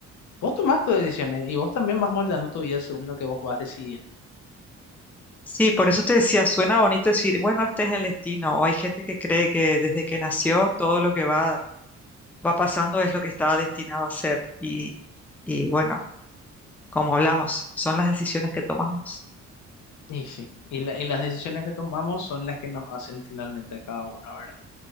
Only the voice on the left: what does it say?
vos tomás tus decisiones y vos también vas moldando tu vida según lo que vos vas decidiendo.
Y sí, y, la- y las decisiones que tomamos son las que nos hacen finalmente a cada uno, ¿verdad?